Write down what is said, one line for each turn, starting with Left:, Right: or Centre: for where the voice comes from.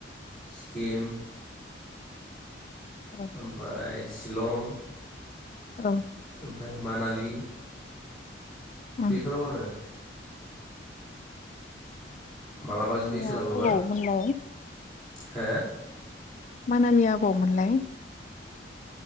Centre: स्किम
Left: औ
Centre: ओमफाय सि लं
Left: औ।
Centre: ओमफाय मानालि
Left: उम
Centre: बेफोराव आरो। मालाबा
Left: मोनालिया
Centre: जुदि सोलाबोबा
Left: अबाव मोनलाय।
Centre: हो?
Left: मानालिया अबावमोनलाय